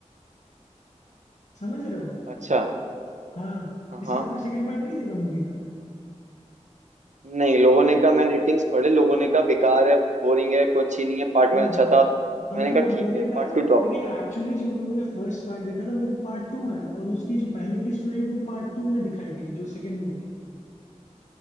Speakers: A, on the left (about 80°); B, on the right (about 75°).
A: समझ रहे हो आप
B: अच्छा
A: हाँ
B: हाँ
A: इसका
B: हाँ
A: आपने सेकंड पार्ट नहीं देखा मूवी का
B: नहीं लोगों ने कहा मैंने रेटिंग्स पढ़े लोगों ने कहा बेकार है बोरिंग है कोई अच्छी नहीं है पार्ट
A: हाँ
B: वन अच्छा था
A: हाँ
B: मैंने
A: थोड़ा
B: कहा ठीक
A: बोरिंग
B: है
A: था
B: पार्ट टू ड्रॉप
A: लेकिन
B: करो
A: एक्चुअली जो हम लोगों ने फर्स्ट पार्ट देखा था वो पार्ट टू है और उसकी जो पहले की स्टोरी है वो पार्ट टू में दिखाई गई है जो सेकंड मूवी है